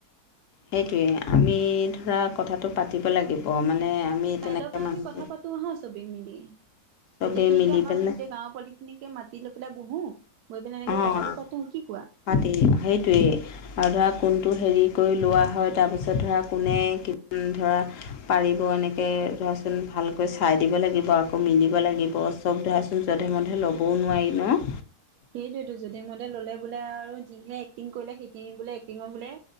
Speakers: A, on the left; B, on the right.
A: সেইটোৱে। আমি ধৰা, কথাটো পাতিব লাগিব। মানে আমি
B: কাইলৈৰ
A: তেনেকৈ
B: পৰাই
A: মানুহটো
B: আমি কথা পাতো আহা চবেই মিলি।
A: চবেই
B: গোটেইখিনিকে
A: মিলি
B: আমাৰ
A: পেলাই
B: গোটেই গাঁৱৰ পোৱালি খিনিকে মাতি লৈ পেলাই বহো বহি পেলাই এনেকে
A: অঁ
B: কথাবোৰ পাতো কি কোৱা
A: পাতি সেইটোৱে আৰু ধৰা কোনটো হেৰি কৰি লোৱা হয় তাৰপিছত ধৰা কোনে ধৰা পাৰিব এনেকৈ ধৰাচোন ভালকৈ চাই দিব লাগিব আকৌ মিলিব লাগিব শব্দাচোন যধে মধে ল'বও নোৱাৰি ন?
B: সেইটোয়েতো যধে মধে ল'লে বোলে আও যিহে এক্টিং কৰিলে সেইখিনি বোলে টিঙৰ বোলে